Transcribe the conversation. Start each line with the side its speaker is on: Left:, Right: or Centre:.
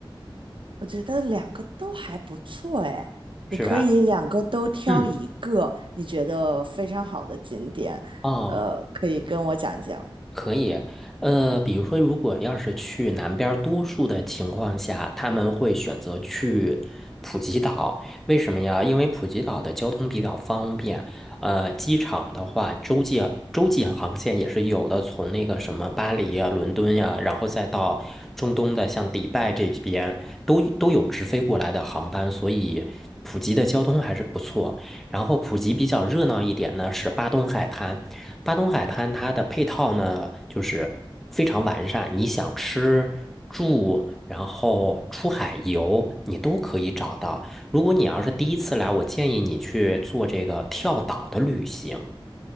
Right: 我觉得两个都还不错哎。
Centre: 是吧？
Right: 你可以两个都挑一个你觉得非常好的景点，
Centre: 嗯，哦，
Right: 呃，可以跟我讲讲。
Centre: 可以，呃，比如说，如果要是去南边儿多数的情况下，他们会选择去普吉岛。为什么呀？因为普吉岛的交通比较方便，呃，机场的话，洲际洲际航线也是有的，从那个什么巴黎啊、伦敦呀、然后再到中东的像迪拜这边，都都有直飞过来的航班，所以普吉的交通还是不错。然后普吉比较热闹一点呢是巴东海滩，巴东海滩它的配套呢就是非常完善，你想吃住，然后出海游，你都可以找到。如果你要是第一次来，我建议你去做这个跳岛的旅行。